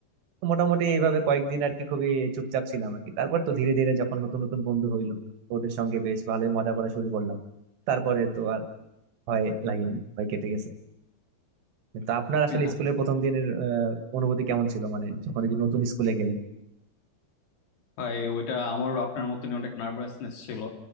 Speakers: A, on the right; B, on the left.
A: তো মোটামুটি এইভাবে কয়েকদিন আর কি খুবই চুপচাপ ছিলাম আর কি তারপর তো ধীরে ধীরে যখন নতুন নতুন বন্ধু হইলো ওদের সঙ্গে বেশ ভালোই মজা করা শুরু করলাম তারপরে তো আর ভয় লাগেনি ভয় কেটে গেছে তো আপনার আসলে
B: <laughs>
A: স্কুলের প্রথম দিনের আহ, অনুভূতি কেমন ছিল মানে যখন এই যে নতুন স্কুলে গেলেন
B: ভাই ওইটা আমারও আপনার মতনই অনেক নার্ভাসনেস ছিল